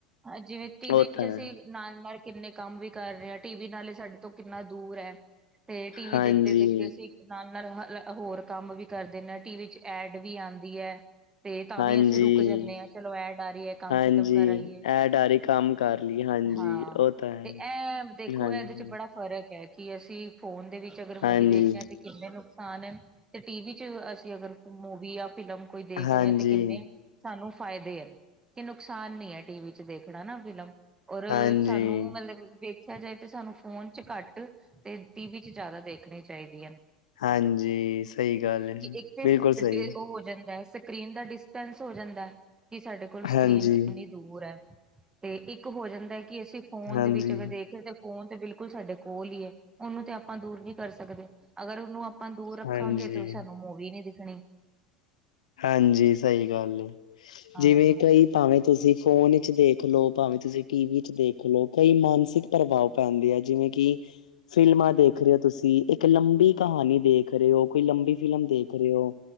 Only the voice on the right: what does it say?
ਹਾਂ ਜਿਵੇਂ ਟੀ ਵੀ
ਚ ਅਸੀਂ
ਨਾਲ ਨਾਲ ਕਿੰਨੇ ਕੰਮ ਵੀ ਕਰ ਰਹੇ ਆ ਟੀ ਵੀ ਨਾਲੇ ਸਾਡੇ ਤੋਂ ਕਿੰਨਾ ਦੂਰ ਹੈ ਤੇ ਟੀ ਵੀ
ਦੇਖਦੇ ਦੇਖਦੇ ਅਸੀਂ ਨਾਲ ਨਾਲ ਹੋਰ ਕੰਮ ਵੀ ਕਰਦੇ ਨੇ ਟੀਵ ਚ ਐਡ ਵੀ ਆਉਂਦੀ ਹੈ ਤੇ ਤਾਂ
ਵੀ ਅਸੀਂ ਰੁਕ ਜਾਂਦੇ ਹਾਂ ਚਲੋ ਐਡ ਆ ਰਹੀ ਏ ਕੰਮ
ਖ਼ਤਮ ਕਰ ਆਹੀਏ
ਹਾਂ
ਤੇ ਇਹ ਦੇਖੋ
ਇਹਦੇ ਚ ਬੜਾ ਫ਼ਰਕ ਹੈ ਕਿ ਅਸੀਂ ਫੋਨ ਦੇ ਵਿੱਚ ਅਗਰ ਮੂਵੀ
ਦੇਖਦੇ ਹਾਂ ਤੇ ਕਿੰਨੇ ਨੁਕਸਾਨ ਐ ਤੇ ਟੀਵੀ ਚ ਅਸੀਂ ਅਗਰ ਕੋਈ ਮੂਵੀ ਜਾਂ ਫਿਲਮ ਕੋਈ ਦੇਖ
ਰਿਹਾ ਤੇ ਕਿੰਨੇ, ਸਾਨੂੰ ਫ਼ਾਇਦੇ ਏ ਤੇ ਨੁਕਸਾਨ ਨੀ ਏ ਟੀਵੀ ਚ ਦੇਖਣਾ ਨਾ ਫਿਲਮ। ਔਰ!
ਸਾਨੂੰ ਮਤਲਬ ਵੇਖ ਦੇਖਿਆ ਜਾਏ ਤੇ ਸਾਨੂੰ ਫੋਨ ਚ ਘੱਟ ਤੇ ਟੀਵੀ ਚ ਜ਼ਿਆਦਾ ਦੇਖਣੇ ਚਾਹੀਦੀਆ।
ਇੱਕ
ਤੇ ਉਹ ਹੋ ਜਾਂਦਾ ਸਕਰੀਨ ਦਾ ਡਿਸਟਐਸ ਹੋ ਜਾਂਦਾ ਕਿ ਸਾਡੇ ਕੋਲ ਸਕਰੀਨ
ਕਿੰਨੀ ਦੂਰ ਹੈ ਤੇ ਇੱਕ ਹੋ ਜਾਂਦਾ ਕਿ ਅਸੀਂ ਫੋਨ
ਦੇ ਵਿੱਚ ਅਗਰ ਦੇਖੇ ਰੇ ਫੋਨ ਤੇ ਬਿਲਕੁਲ ਸਾਡੇ ਕੋਲ ਹੀ ਹੈ ਉਹਨੂੰ ਤੇ ਆਪਾਂ ਦੂਰ ਨੀ ਕਰ ਸਕਦੇ ਅਗਰ ਉਹਨੂੰ ਆਪਾਂ ਦੂਰ ਰੱਖਾਂਗੇ
ਤੇ ਉਹ ਸਾਨੂੰ ਮੂਵੀ ਨੀ ਦਿਖਣੀ
ਹਾਂ